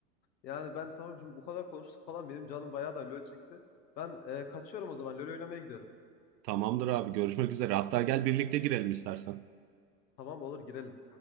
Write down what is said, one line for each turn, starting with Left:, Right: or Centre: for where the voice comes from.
Left: Yani ben tamam şimdi bu kadar konuştuk falan benim canım bayağı da LoL çekti. Ben e, kaçıyorum o zaman. LoL oynamaya gidiyorum.
Right: Tamamdır abi görüşmek üzere. Hatta gel birlikte girelim istersen.
Left: Tamam olur girelim.